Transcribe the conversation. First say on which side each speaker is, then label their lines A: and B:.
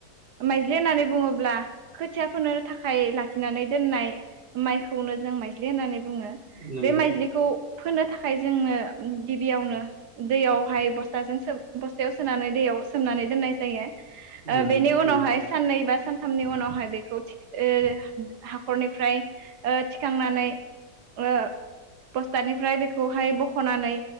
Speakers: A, on the right (about 70°); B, on the right (about 35°).
A: माइज्लि होननानै बुङोब्ला खोथिया फोनो थाखाय लाखिनानै दोननाय माइखौनो जों माइज्लि होननानै बुङो
B: नंगौ
A: बे माइज्लिखौ फोनो थाखाय जोङो गिबियावनो दैयावहाय बस्थाजों सो बस्थायाव सोनानै दैयाव सोमनानै दोननाय जायो।
B: उम
A: अ बेनि उनावहाय
B: नंगौ
A: साननै बा सानथामनि उनावहाय बेखौ थिक ओ हाखरनिफ्राय अ थिखांनानै अ बस्टादनिफ्राय बेखौहाय बख'नानै